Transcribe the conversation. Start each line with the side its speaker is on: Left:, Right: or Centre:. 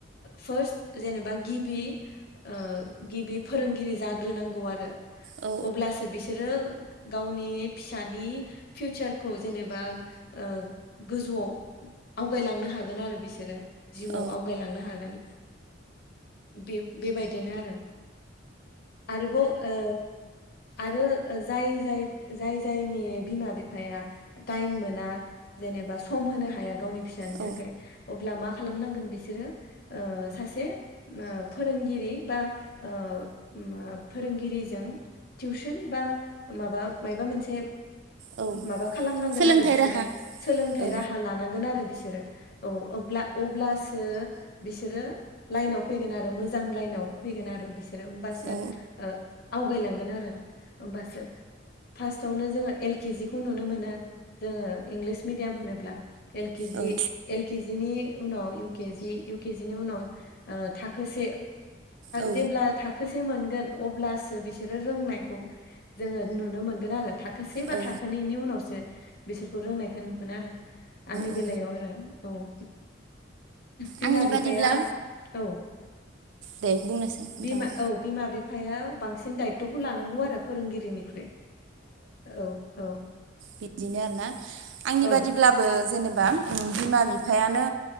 Left: फार्स्ट जेनेबा गिबि ओ गिबि फोरोंगिरि जाग्रोनांगौ आरो।
Right: औ
Left: अब्लासो बिसोरो गावनि फिसानि फिउचारखौ जेनेबा ओ गोजौआव आवगायलांनो हागोन आरो बिसोरो। जिउआव
Right: औ
Left: आवगायलांनो हागोन बे बेबायदिनो आरो आरोबाव ओ आरो जाय जाय जाय जायनि बिमा बिफाया टाइम मोना जेनेबा सम होनो हाया गावनि फिसानि
Right: औ
Left: थाखाय अब्ला मा खालामनांगोन बिसोरो ओ सासे फोरोंगिरि बा ओ ओ मा फोरोंगिरिजों टिउसन बा माबा मायबा मोनसे
Right: औ
Left: माबा खालामनांगोन
Right: सोलोंथाइ
Left: आरो बिसोरो
Right: राहा
Left: सोलोंथाइ
Right: औ
Left: राहा लानांगोन आरो बिसोरो औ ब्ला अब्लासो बिसोरो लाइनाव फैगोन आरो मोजां लाइनाव फैगोन आरो बिसोर बिसोरो होमबासो
Right: औ
Left: आवगायलांगोन आरो होमबासो फार्स्टआवनो जोङो एल के जि खौ नुनो मोनो जोङो इंलिस मिडियाम होनोब्ला एल केजि
Right: औ
Left: एल के जि नि उनाव U K G U K जिनि उनाव थाखोसे
Right: औ
Left: जेब्ला थाखोसे से मोनगोन अब्लासो बिसोरो रोंनायखौ जोङो नुनो मोनगोन आरो थाखोसे बा
Right: औ
Left: थाखोनैनि उनावसो बिसोरखौ रोंनायखौ नुगोन आरो आंनि
Right: औ
Left: बेलायाव आरो औ बिमा
Right: आंनि बादिब्ला
Left: बिफाया औ
Right: दे बुंनायसाय नोंथाङा
Left: बिमा औ बिमा बिफाया बांसिन दायथ'खौ लानांगौ आरो फोरोंगिरिनिख्रुइ औ औ
Right: बिदिनो आरो ना आंनि
Left: औ
Right: बादिब्लाबो जेनेबा बिमा बिफायानो